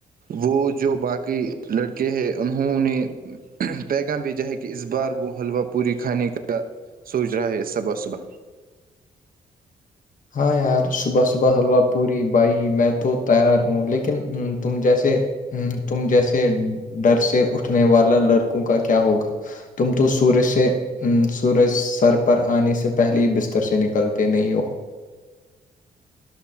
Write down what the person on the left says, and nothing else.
ہاں یار صبح صبح حلوہ پوری بھائی میں تو تیار ہوں لیکن تم جیسے ہ تم جیسے ڈر سے اٹھنے والا لڑکوں کا کیا ہوگا تم تو سورج سے ا سورج سر پر آنے سے پہلے ہی بستر سے نکلتے نہیں ج